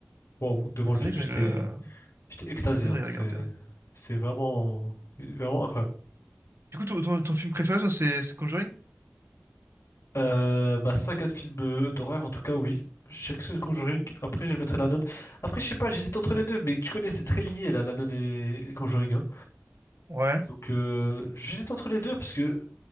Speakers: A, on the left; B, on the right.
A: waouh, devant
B: Ah, faudrait
A: le film,
B: que j'aille,
A: j'étais
B: le-
A: J'étais extasié,
B: faudrait
A: hein.
B: que j'aille
A: C'est,
B: regarder, ouais.
A: c'est vraiment, vraiment incroyable.
B: Du coup, ton, ton, ton film préféré, ça, c'est, c'est Conjuring?
A: Euh, ma saga de films euh, d'horreur, en tout cas, oui. Je dirais que c'est The Conjuring. Après, je mettrais La Nonne. Après, je sais pas, j'hésite entre les deux, mais tu connais, c'est très lié, là, La Nonne et et Conjuring. hein.
B: Ouais.
A: Donc, euh, j'hésite entre les deux, parce que,